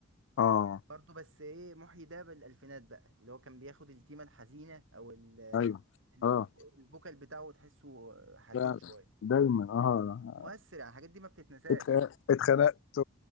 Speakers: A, on the left; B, on the right.
A: اه
B: برضه بس ايه محيي ده بالالفينات بقى اللي هو كان بياخد التيمه الحزينه او ال
A: ايوه
B: ال-
A: اه
B: الفو- الفوكال بتاعه تحسه حزين
A: لا
B: شويه
A: دايما اه
B: مؤثر يعني الحاجات دي ما بتتنساش
A: اتخ- اتخنقت